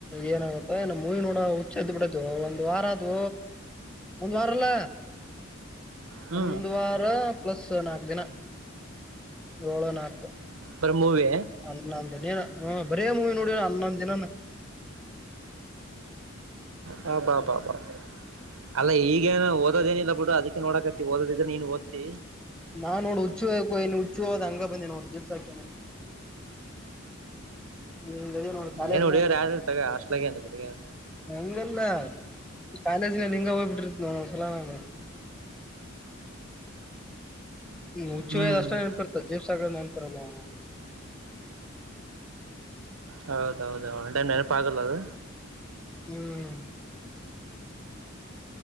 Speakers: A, in the centre; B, on the right (about 85°).
A: ಏನಾಗುತ್ತೋ ಏ ಮೂವಿ ನೋಡ ಸ್ದ ಬಿಡತು ಒಂದ್ ವಾರ ಆದದು ಒಂದ್ ವಾರಲ್ಲ.
B: ಹ್ಮ್
A: ಒಂದು ವಾರ ಪ್ಲಸ್ ನಾಕು ದಿನ ಏಳು ನಾಕು
B: ಬರಿ ಮೂವಿ
A: ಅನ್ನೊಂದು ನೀನ ಹ ಬರೇ ಮೂವಿ ನೋಡಣ ಅಲ್ಲೊಂದಿನಾನ
B: ಹಾಬಾ ಬಬಾ ಅಲ್ಲ ಈಗೇನೋ. ಓದೇನಿಲ್ಲ ಬಿಡ ಅದಕ್ಕೆ ನೋಡಕತಿ ಓದ ಇದ್ರ ನೀನ್ ಓದ್ತಿ
A: ನಾ ನೋಡ್ ಹುಚ್ಚು ಹೋಯಾಕ್ ಹೋಗಿನ್ ಹುಚ್ಚು ಹೋದ ಹಂಗ ಬಂದಿ ನೋಡ್ ಜಿಪ್ಸ್ ಹಾಕ <unintelligible> ಕಾಲೇಜ್ನ
B: ಇಲ್ಲೇನ್ ಹುಡುಗಿಯರ್ ಯಾರ ತಗ ಹಾಸ್ಟ್ಲಾಗ ಏನ್ ಹುಡುಗಿಯರ್
A: ನಂಗಲ್ಲ ಕಾಲೇಜ್ನ ಹಿಂಗ ಹೋಗ್ಬಿಟ್ಟಿತ <unintelligible> ನಾನು ಹ್ಮ್ ಹುಚ್ಚು
B: ಹ್ಮ್
A: ವಯದ ಅಷ್ಟೇ ನೆನ್ಪಿರ್ತ ಜೇಮ್ಸ್ ನೆನ್ಪಿರಲ್ಲ ಅವ
B: ಹೌದ ಹೌದೌದು ಒನ್ಟೈಮ್ ನೆನಪಾಗಲ್ ಅದು
A: ಹ್ಮ್